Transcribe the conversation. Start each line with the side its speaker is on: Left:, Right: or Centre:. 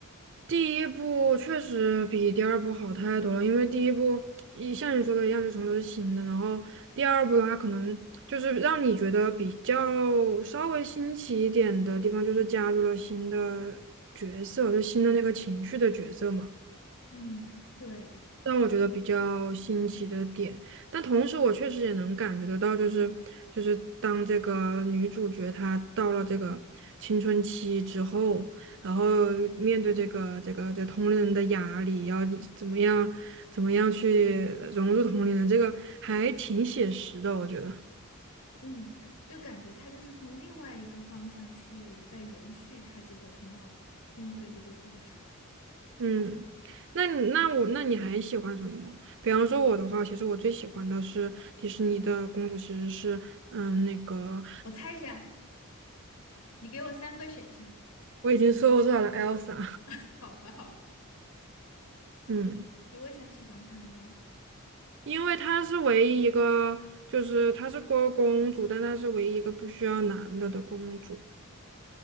Right: 第一部确实比第二部好太多了，因为第一部一像你说的一样，就什么都是新的，然后第二部它可能就是让你觉得比较稍微新奇一点的地方，就是加入了新的角色，就新的那个情绪的角色嘛。
Left: 嗯对，
Right: 让我觉得比较新奇的点，但同时我确实也能感觉得到，就是就是当这个女主角她到了这个青春期之后，然后面对这个这个这同龄人的压力，要你怎么样怎么样去融入同龄人，这个还挺写实的，我觉得。
Left: 嗯，就感觉她就是从另外一个方向去在延续她这个头脑通对这个故事了
Right: 嗯，那你那我那你还喜欢什么？比方说我的话，其实我最喜欢的是迪士尼的公主，其实是嗯那个。
Left: 我猜一下，你给我三个选项，
Right: 我已经搜到了 Elsa，
Left: <laughs> 好吧，好吧，
Right: 嗯，
Left: 你为啥喜欢他呢？
Right: 因为她是唯一一个，就是她是个公主，但她是唯一一个不需要男的的公主，